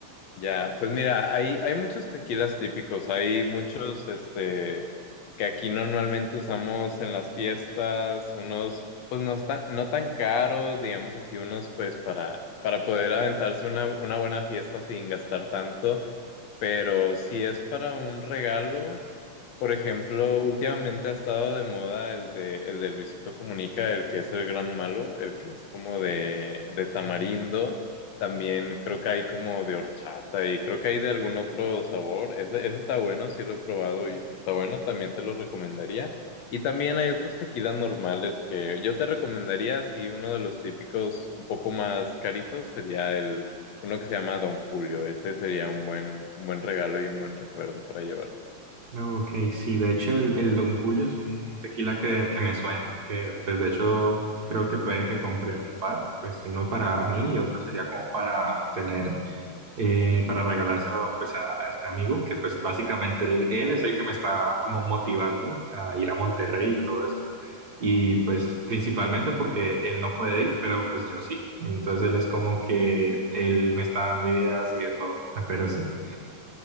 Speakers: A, on the left; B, on the right.
A: Ya, pues mira, hay, hay muchos tequilas típicos, hay muchos este, que aquí normalmente usamos en las fiestas, unos pues no, está- no tan caros, digamos así, unos pues para, para poder aventarse una, una buena fiesta sin gastar tanto. Pero si es para un regalo, por ejemplo, últimamente ha estado de moda el de, el de Luisito Comunica, el que es el gran malo, el que es como de, de tamarindo. También creo que hay como de horchata y creo que hay de algún otro sabor. Ese, ese está bueno, sí lo he probado y si está bueno, también te lo recomendaría. Y también hay otros tequilas normales que yo te recomendaría, si uno de los típicos un poco más caritos sería uno que se llama Don Julio, ese sería un buen, un buen regalo y un buen recuerdo para llevar.
B: No, Ok, sí, de hecho el, el Don Julio es un tequila que, que me suena, que pues de hecho creo que puede que compré un par, pues uno para mí y otro sería como para tener, eh, para regalárselo pues a, a este amigo, que pues básicamente él, él es el que me está como motivando a ir a Monterrey y todo eso. Y pues principalmente porque él no puede ir, pero pues yo sí. Entonces él es como que él me está dando ideas y de todo, <laughs> pero sí.